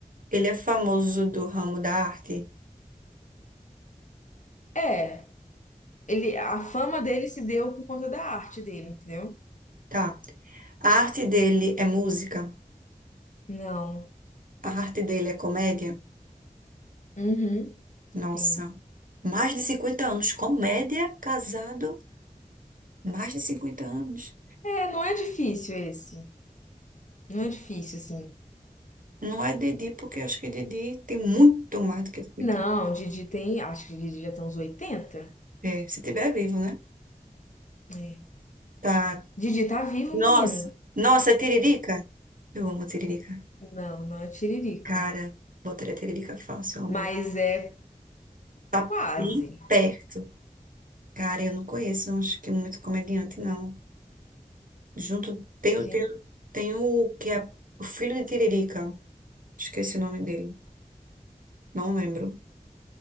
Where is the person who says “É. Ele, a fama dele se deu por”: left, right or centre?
Left